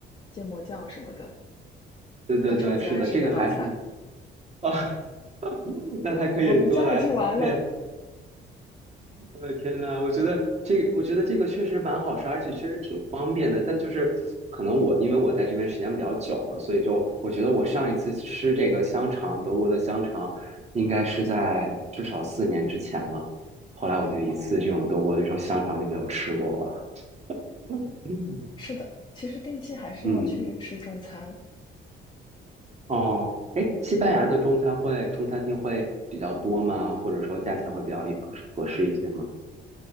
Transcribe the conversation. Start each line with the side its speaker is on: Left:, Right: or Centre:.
Left: 芥末酱什么的，
Right: 对对对，
Left: 他超级爱吃那道菜。
Right: 是的，这个还是啊，<laughs> 那他可以多来，
Left: 我们家已经完了。
Right: 配。我的天呐，我觉得这个我觉得这个确实蛮好吃，而且确实挺方便的。但就是可能我因为我在这边时间比较久了，所以就我觉得我上一次吃这个香肠，德国的香肠，应该是在至少四年之前了。后来我就一次这种德国的这种香肠就没有吃过了。
Left: 哦，
Right: <laughs> 嗯
Left: 是的，其实定期还是要去吃中餐，
Right: 嗯。哦，哎，西班牙的中餐会中餐厅会比较多吗？或者说价钱会比较合适一些吗？